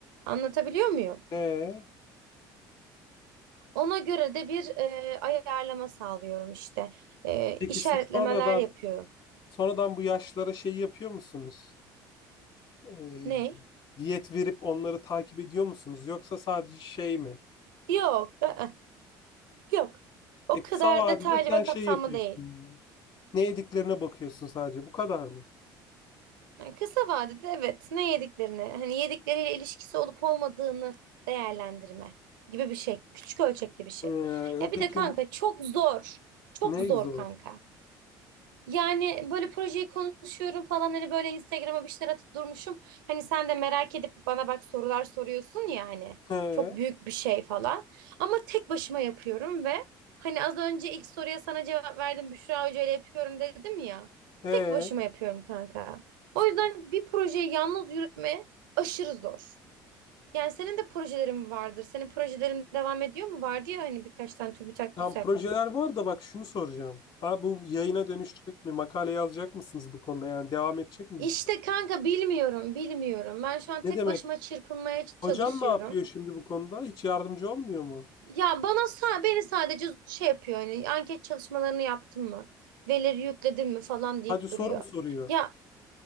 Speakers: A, on the right; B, on the left.
A: Anlatabiliyor muyum?
B: Ee,
A: Ona göre de bir e, ayarlama sağlıyorum işte. E,
B: peki
A: işaretlemeler
B: siz sonradan
A: yapıyorum.
B: sonradan bu yaşlara şey yapıyor musunuz? Ee,
A: Ne?
B: diyet verip onları takip ediyor musunuz? Yoksa sadece şey mi?
A: Yok. ı-ı, yok. O
B: E
A: kadar
B: kısa vadede
A: detaylı
B: sen
A: ve
B: şey
A: kapsamlı
B: yapıyorsun
A: değil.
B: yani. Ne yediklerine bakıyorsun sadece. Bu kadar mı?
A: Yani kısa vadede evet ne yediklerini hani yedikleriyle ilişkisi olup olmadığını değerlendirme gibi bir şey. Küçük ölçekli bir şey.
B: Ee,
A: Ya bir
B: peki
A: de kanka çok zor. Çok
B: ne
A: zor
B: zor?
A: kanka. Yani böyle projeyi konuşuyorum falan hani böyle Instagram'a bir şeyler atıp durmuşum. Hani sen de merak edip bana bak sorular soruyorsun ya hani
B: He,
A: çok büyük bir şey falan. Ama tek başıma yapıyorum ve hani az önce ilk soruya sana cevap verdim Büşra Hoca ile yapıyorum dedim ya.
B: e,
A: Tek başıma yapıyorum kanka. O yüzden bir projeyi yalnız yürütme aşırı zor. Yani senin de projelerin vardır. Senin projelerin devam ediyor mu? Vardı ya hani birkaç tane TÜBİTAK,
B: tam
A: TÜSEP.
B: projeler var da bak şunu soracağım. Abi bu yayına dönüşecek mi? Makale yazacak mısınız bu konuda? Yani devam edecek mi
A: İşte
B: bu proje?
A: kanka bilmiyorum, bilmiyorum. Ben şu an
B: Ne
A: tek
B: demek?
A: başıma çırpınmaya çalışıyorum.
B: Hocan ne yapıyor şimdi bu konuda? Hiç yardımcı olmuyor mu?
A: Ya bana sa- beni sadece şey yapıyor hani anket çalışmalarını yaptın mı? Verileri yükledin mi falan deyip
B: Sadece soru
A: duruyor.
B: mu soruyor?
A: Ya